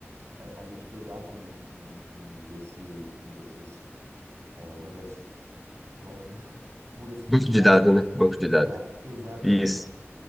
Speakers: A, on the right; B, in the centre.
A: A, a gente pegava um, um, um desse, um desses, é, uma dessas, agora um, <laughs> um desses compilados.
B: Banco de dados, né? Banco de
A: Exato,
B: dados.
A: exatamente.
B: Isso.